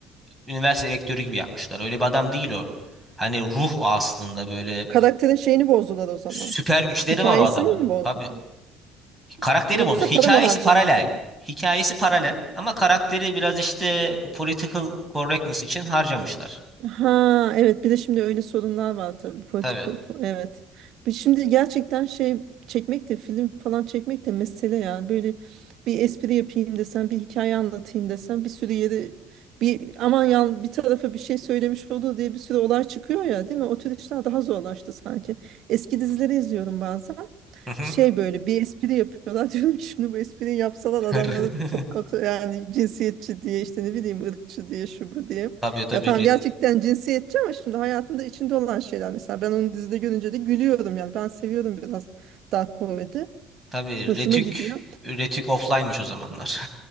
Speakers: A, in the centre; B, on the right.
A: üniversite rektörü gibi yapmışlar. Öyle bir adam değil o. Hani ruh o aslında böyle
B: Karakterin şeyini bozdular o zaman.
A: süper güçleri
B: Hikayesini
A: var o adamın.
B: mi bozdular?
A: Tabii. Karakteri
B: Yoksa
A: bulmuş. Hikayesi
B: para mı harcamadılar?
A: paralel. Hikayesi paralel ama karakteri biraz işte political correctness için harcamışlar.
B: Ha evet bir de şimdi öyle sorunlar var tabii politik
A: Tabii.
B: evet. Bir Şimdi gerçekten şey çekmek de film falan çekmek de mesele yani böyle bir espri yapayım desen bir hikaye anlatayım desen bir sürü yere bir aman yan bir tarafa bir şey söylemiş olur diye bir sürü olay çıkıyor ya değil mi? O tür işler daha zorlaştı sanki. Eski dizileri izliyorum bazen.
A: Hı hı.
B: Şey böyle bir espri yapıyorlar. <laughs> Diyorum ki şimdi bu espriyi yapsalar
A: <laughs>
B: adamları toplatı yani cinsiyetçi diye işte ne bileyim ırkçı diye şu bu diye.
A: Tabii tabii
B: Ya tamam gerçekten cinsiyetçi ama şimdi hayatında içinde olan şeyler mesela ben onu dizide görünce de gülüyorum yani ben seviyorum biraz dark komedi.
A: Tabii
B: Hoşuma
A: Retük
B: gidiyor.
A: Retük offline'mış o zamanlar.